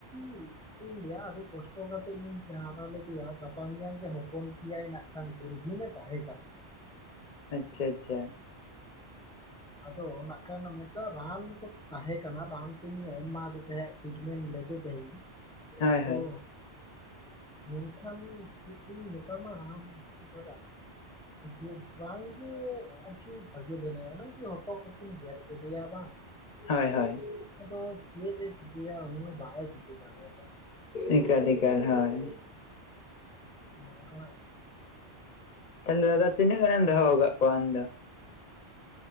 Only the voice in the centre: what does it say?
ᱪᱤᱜ ᱤᱧ ᱞᱟᱹᱭᱟ ᱟᱹᱰᱤ ᱠᱚᱥᱴᱚ ᱠᱟᱛᱮᱫ ᱤᱧ ᱦᱟᱨᱟ ᱞᱮᱫᱮᱭᱟ ᱜᱟᱯᱟ ᱢᱮᱭᱟᱝ ᱜᱮ ᱦᱚᱯᱚᱱ ᱠᱮᱭᱟᱭ ᱱᱟᱜ ᱠᱷᱟᱱ ᱜᱩᱨᱵᱷᱤᱱᱮ ᱛᱟᱦᱮᱸ ᱠᱟᱱᱟ᱾
ᱟᱫᱚ ᱱᱟᱜ ᱠᱷᱟᱱ ᱢᱤᱫᱴᱟᱝ ᱨᱟᱱ ᱠᱚ ᱛᱟᱦᱮᱸ ᱠᱟᱱᱟ ᱨᱟᱱᱠᱩᱧ ᱮᱢᱟᱫᱮ ᱛᱟᱦᱮᱸᱫ᱾ ᱴᱤᱴᱢᱮᱱᱴ ᱞᱮᱫᱮ ᱛᱟᱦᱮᱸᱧ
ᱟᱫᱚ
ᱢᱮᱱᱠᱷᱟᱱ ᱪᱮᱫ ᱤᱧ ᱢᱮᱛᱟᱢᱟ? ᱫᱟᱫᱟ ᱡᱮ ᱵᱟᱝ ᱜᱮ ᱟᱨᱠᱤ ᱵᱷᱟᱜᱮ ᱞᱮᱱᱟᱭ ᱚᱱᱮ ᱠᱤ ᱦᱚᱴᱚᱜ ᱨᱮᱠᱤᱱ ᱜᱮᱨ ᱠᱮᱫᱮᱭᱟ ᱵᱟᱝ
ᱟᱫᱚ ᱪᱮᱫ ᱮ ᱪᱤᱠᱟᱹᱭᱟ ᱩᱱᱤ ᱦᱚᱸ ᱵᱟᱝ ᱮ ᱪᱤᱠᱟᱹ ᱫᱟᱲᱮᱭᱟᱫᱟ᱾
ᱟᱫᱚ ᱟᱱᱠᱟᱱᱟᱜ ᱠᱟᱱᱟ ᱾